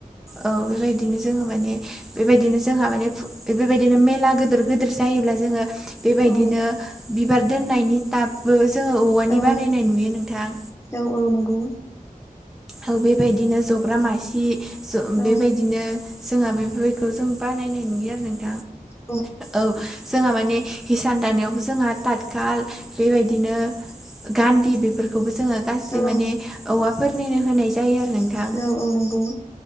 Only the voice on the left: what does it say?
औ
औ
औ औ नंगौ
औ
औ
औ
औ
औ औ नंगौ